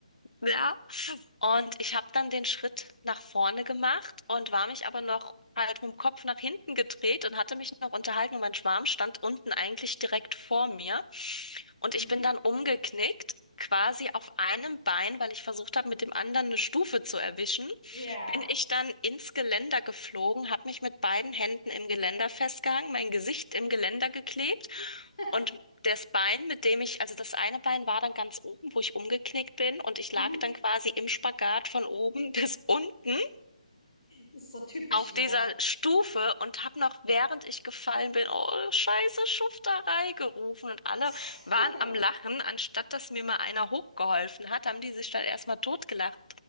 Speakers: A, on the left; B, on the left.
A: <laughs> ja, und ich habe dann den Schritt nach vorne gemacht und war mich aber noch halt mit dem Kopf nach hinten gedreht und hatte mich noch unterhalten und mein Schwarm stand unten eigentlich direkt vor mir. Und
B: Mhm.
A: ich bin dann umgeknickt, quasi auf einem Bein, weil ich versucht habe, mit dem anderen eine Stufe zu erwischen
B: Ja.
A: bin ich dann ins Geländer geflogen, habe mich mit beiden Händen im Geländer festgehangen, mein Gesicht im Geländer geklebt
B: <laughs>
A: und das Bein, mit dem ich, also das eine Bein war dann ganz oben, wo ich umgeknickt bin und ich
B: Mhm.
A: lag dann quasi im Spagat von oben <laughs> bis unten
B: Das ist so typisch
A: auf
B: wieder.
A: dieser Stufe und habe noch, während ich gefallen bin, oh, scheiße Schufterei gerufen und alle
B: <laughs>
A: waren am Lachen. Anstatt dass mir mal einer hochgeholfen hat, haben die sich dann erstmal totgelacht.